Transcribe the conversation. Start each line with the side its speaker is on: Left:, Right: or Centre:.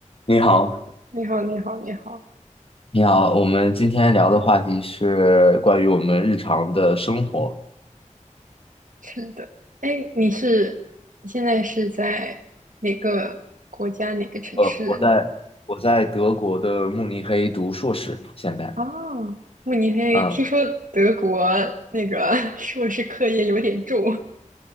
Left: 你好，
Right: 你好，你好，你好，
Left: 你好，我们今天聊的话题是关于我们日常的生活。
Right: 是的，哎，你是你现在是在哪个国家哪个城市呢？
Left: 呃，我在我在德国的慕尼黑读硕士，现在。
Right: 啊，慕尼黑，
Left: 啊
Right: 听说德国那个 <laughs> 硕士课业有点重。